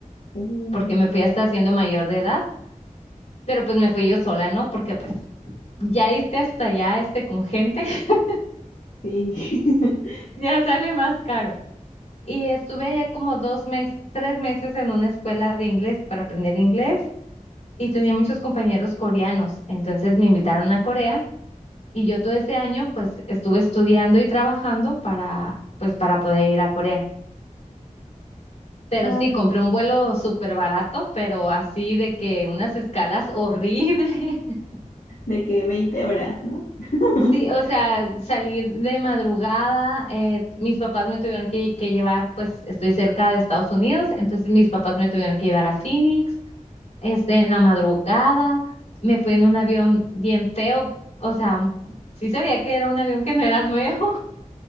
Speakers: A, on the left; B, on the left.
A: Uh,
B: porque me fui hasta siendo mayor de edad, pero pues me fui yo sola, ¿no? Porque pues ya irte hasta allá este, con gente <laughs>
A: sí. <laughs>
B: ya sale más caro. Y estuve allá como dos meses, tres meses en una escuela de inglés para aprender inglés y tenía muchos compañeros coreanos, entonces me invitaron a Corea. Y yo todo ese año pues estuve estudiando y trabajando para pues para poder ir a Corea. Pero
A: Ay,
B: sí, compré un vuelo súper barato, pero así de que unas escalas horribles. <laughs>
A: de que veinte horas, ¿no? <laughs>
B: Sí, o sea, salí de madrugada, eh, mis papás me tuvieron que, que llevar, pues estoy cerca de Estados Unidos, entonces mis papás me tuvieron que llevar a Phoenix, este, en la madrugada, me fui en un avión bien feo, o sea, sí se veía que era un avión que no era nuevo.